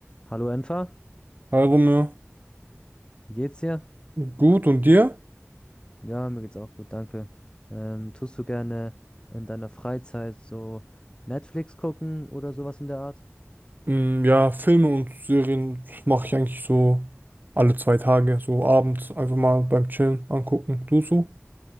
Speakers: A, on the left; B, on the right.
A: Hallo Enfer,
B: Hi Romeo,
A: wie geht's dir?
B: gut und dir?
A: Ja, mir geht's auch gut, danke. Ähm, tust du gerne in deiner Freizeit so Netflix gucken oder sowas in der Art?
B: Mm, ja, Filme und Serien mache ich eigentlich so alle zwei Tage, so abends einfach mal beim Chillen angucken. Du so?